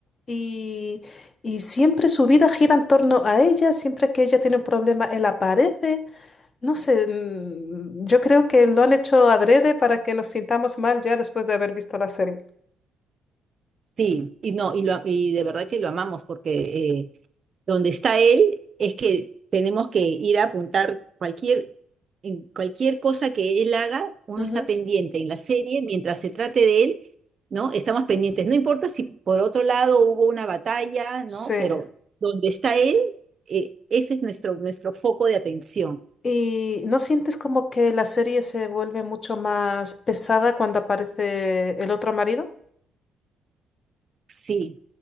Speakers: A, on the left; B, on the right.
A: y, y siempre su vida gira en torno a ella, siempre que ella tiene un problema, él aparece. No sé, mm, yo creo que lo han hecho adrede para que nos sintamos mal ya después de haber visto la serie.
B: Sí, y no, y, lo, y de verdad que lo amamos porque eh, donde está él es que tenemos que ir a apuntar cualquier, en cualquier cosa que él haga, uno
A: Ujú.
B: está pendiente en la serie, mientras se trate de él, ¿no? Estamos pendientes. No importa si por otro lado hubo una batalla, ¿no?
A: Sí.
B: Pero donde está él, eh, ese es nuestro, nuestro foco de atención.
A: ¿Y no sientes como que la serie se vuelve mucho más pesada cuando aparece el otro marido?
B: Sí,